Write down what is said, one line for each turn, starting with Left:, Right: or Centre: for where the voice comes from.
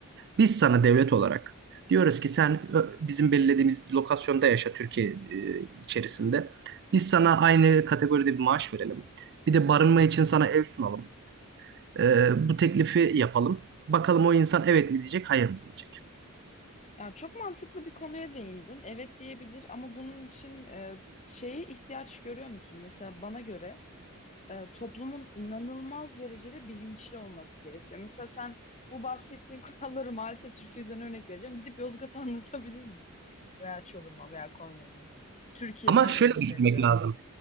Right: Biz sana devlet olarak diyoruz ki sen ö, bizim belirlediğimiz bir lokasyonda yaşa Türkiye e, içerisinde. Biz sana aynı kategoride bir maaş verelim. Bir de barınma için sana ev sunalım. E, bu teklifi yapalım. Bakalım o insan evet mi diyecek, hayır mı diyecek.
Left: Ya çok mantıklı bir konuya değindin. Evet diyebilir ama bunun için e, şeye ihtiyaç görüyor musun? Mesela bana göre e, toplumun inanılmaz derecede bilinçli olması gerekiyor. Mesela sen bu bahsettiğim <laughs> kuralları maalesef Türkiye üzerine örnek vereceğim. Gidip Yozgat'a anlatabilir misin? Veya Çorum'a veya Konya'ya. Türkiye'den
Right: Ama şöyle
Left: örnek
Right: düşünmek
Left: vereceğim.
Right: lazım.